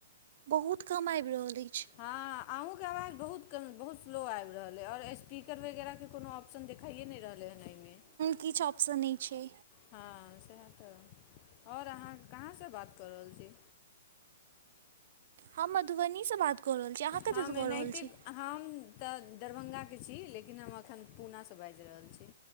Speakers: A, on the right (about 60°); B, on the left (about 40°).
A: बहुत कम आइब रहल अइच।
B: हाँ अहहुँं के आवाज बहुत कम बहुत स्लो आबि रहल अइ आओर स्पीकर वगैरहके कोनो ऑप्शन देखाइए नहि रहलै हन एहिमे।
A: किछु ऑप्शन नहि छै।
B: हाँ स एह तऽ आओर अहाँ कहाँसँ बात कऽ रहल छी?
A: हमँ मधुबनी से बात कऽ रहल छी अहाँ कतयसँ
B: हम
A: कऽ
B: एनहिते
A: रहल छी
B: हम तऽ दरभङ्गाके छी लेकिन हम अखन पुणा सँ बाजि रहल छी।